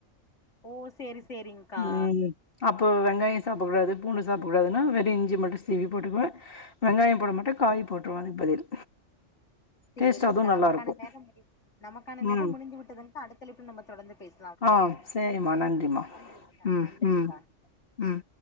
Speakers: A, on the left (about 65°); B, on the left (about 45°).
A: ஓ சேரி சேரி்ங்கா
B: ம் அப்போ வெங்காயோ சாப்டக்கூடாது பூண்டு சாப்டக்கூடாதுன்னா வெறு இஞ்சி மட்டு சிவி போட்டுக்குவ வெங்காயோ போடமாட்ட காய் போட்ருவ அதுக்கு பதில்
A: சேரிங்க்கா
B: டேஸ்ட் அதுவும் நல்லாருக்கும்.
A: நமக்கான நேரம் முடி நமக்கான நேரம்
B: ம்.
A: முடிந்து விட்டதுங்க்கா அடுத்தழைப்ல நம்ம தொடர்ந்து பேச
B: ஆ சேரிமா நன்றிமா
A: நன்றிங்க்கா
B: ம்
A: நன்றிங்க்கா
B: ம் ம்